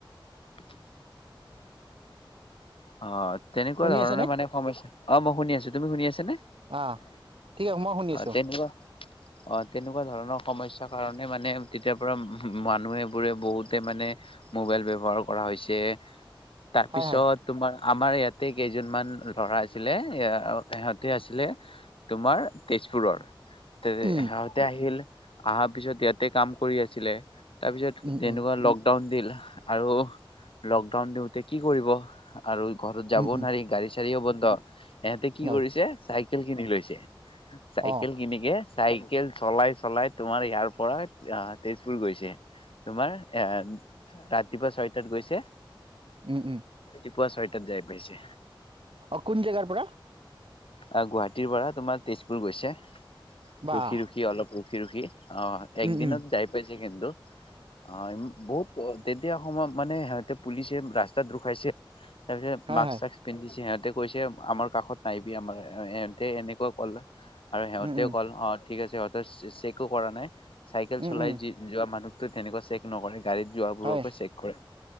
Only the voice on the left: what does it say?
<unintelligible> অ তেনেকুৱা
ধৰণৰ
মানে সমস্যা অ মই শুনি আছো তুমি শুনি আছ নে।
অ
তেনেকুৱা। অ তেনেকুৱা ধৰণৰ সমস্যাৰ কাৰণে মানে তেতিয়াৰ পৰা মানুহে বোৰে বহুতে মানে। মানে মোবাইল ব্যৱহাৰ কৰা হৈছে তাৰপিছত।
তোমাৰ আমাৰ ইয়াতে কেইজনমান ল'ৰা আছিলে সিহঁতে আছিলে তোমাৰ। তেজপুৰৰ। তে
সিহঁতে আহিল অহাৰ পিছত ইয়াতে কাম কৰি আছিলে। তাৰপিছত
তেনেকুৱা
লকডাউন দিল আৰু লকডাউন দিওঁতে কি কৰিব। আৰু ঘৰত যাবও
নোৱাৰি গাড়ী চাড়িও বন্ধ ইহঁতে কি
কৰিছে চাইকেল কিনি লৈছে। চাইকেল
কিনিকে। চাইকেল চলাই চলাই তোমাৰ ইয়াৰ পৰা তেজপুৰ গৈছে। তোমাৰ এ ৰাতিপুৱা ছয়টাত গৈছে।
পুৱা ছয়টাত যাই পাইছে।
অ গুৱাহাটীৰ পৰা তোমাৰ তেজপুৰ গৈছে
ৰখি ৰখি অলপ ৰখি ৰখি। অ একদিনত
যাই পাইছে কিন্তু অ বহুত। তেতিয়া সময়ত মানে সিহঁতে পুলিচে ৰাস্তাত ৰোখাইছে। তাৰ পিছত
মাক্স
চাকচ পিন্ধিছে সিহঁতে কৈছে আমাৰ কাষত নাইবি আমাৰ সিহঁতে এনেকুৱা ক'লা। আৰু সিহঁতেও
কল অ ঠিক আছে সিহঁতৰ চেকো কৰা নাই। চাইকেল
চলাই
যি যোৱা মানুহতটো তেনেকুৱা চেক নকৰে। গাড়ীত যোৱা বোৰকে
চেক কৰে।